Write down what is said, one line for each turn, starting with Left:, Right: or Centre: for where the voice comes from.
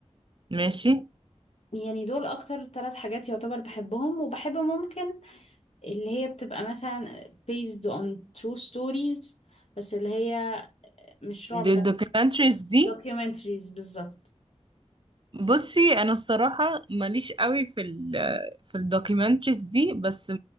Right: ماشي
Left: يعني دول اكتر ثلاث حاجات يعتبر بحبهم وبحب ممكن اللي هي بتبقى مثلا based on true stories بس اللي هي مش رعب
Right: دي
Left: بس
Right: الدوكيومنتريز دي
Left: documentaries بالظبط
Right: بصي انا الصراحة ماليش قوي في ال في الدوكيومنتريز دي بس